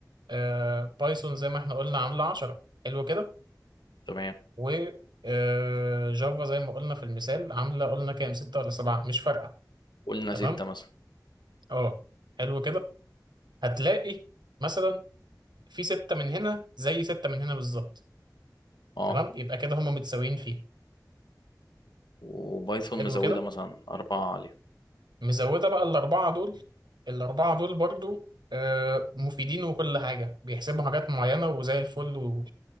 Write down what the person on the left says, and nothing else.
تمام
قلنا
سته مثلا
اه
وبايثون
مزوده
مثلا اربعه عليهم